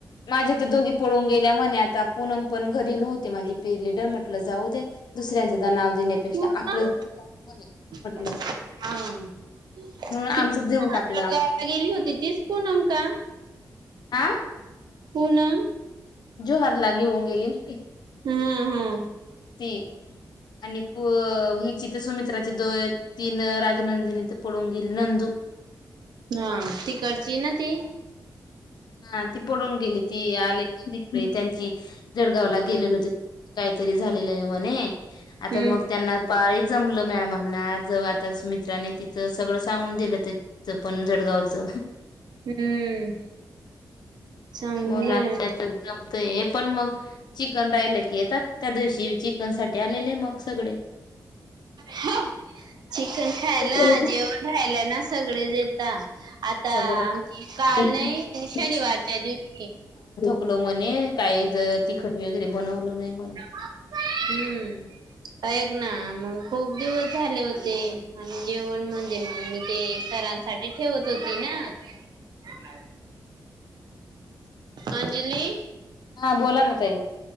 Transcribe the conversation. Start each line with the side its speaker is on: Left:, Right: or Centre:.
Left: माझ्या त दोघी पळून गेल्या म्ह आता पुूनम पण घरी नव्हती माझी <unintelligible> जाऊ दे दुसऱ्यांच द नाव देण्यापेक्षा
Right: पूनम
Left: आपलंच देऊन टाक म्हणे म्हटलं
Right: हा अ ती
Left: म्हणून आमचं
Right: ना
Left: देऊन टाकलं
Right: आपल्या
Left: आम
Right: गावाला
Left: माहिती
Right: गेली
Left: पण
Right: होती तीच पूनम का?
Left: आ
Right: पुनम
Left: जोहार ला घेऊन गेली ना ती
Right: हा हा
Left: ती आणि पु अ हिची सुमित्राची दो तीन राजनंदिनी ती पळून गेली नंदू
Right: आ तिकडची ना ती
Left: हा ती पडून गेली ती आल्याची त्यांची जळगावला गेलेलो ती काहीतरी झालेलेलं म्हणे
Right: हम्म
Left: आता मग त्यांना पाळी जमलं मॅमांना ज तिचं सगळं सुमित्राने सगळं सांगून दिलं पण तिचं जडगावचं
Right: हम्म चांगलंय
Left: उन्हात त्याचं जमतंय ये पण मग चिकन राहिल की येतात त्या दिवशी चिकन साठी आलेले मग सगळे
Right: ह्या चिकन खायला
Left: असं
Right: जेवण राहिल ना सगळेच येता आता
Left: बोलत
Right: आमची
Left: होते
Right: काल
Left: तिकडं
Right: नाही शनिवारच्या दिवशी
Left: त्यो म्हणे काही ज तिखट वगैरे बनवलं नाही म्हणे
Right: पप्पा हम्म आयेत ना मग खूप दिवस झाले होते आणि जेवण म्हणजे मी न ते सरां साठी ठेवत होते ना अंजली
Left: हा बोला ना ताई